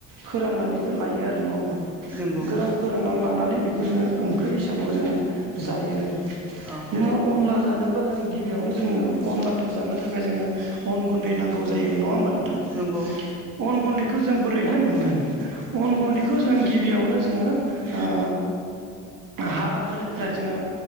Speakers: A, on the right; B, in the centre.
A: फोराननानैबो लायो आरो नङा होमबा
B: नंगौ
A: गोरान फोराननानै लानानै बेखौ जोङो ओंख्रि हिसाबाव जोङो जायो आरो
B: औ
A: नोङो। अनला जानोब्ला जोङो गिबिआवनो जोङो अनलाखौ जानो थाखाय जोङो अन गुन्दै नांगौ जायो नङा होमबा नोंथां
B: नोंगौ
A: अन गुन्दैखौ जों बोरैहाय मोनगोन अन गुन्दैखौ जोङो गिबियावनो जोङो ओ हाफोरनिफ्राय जोङो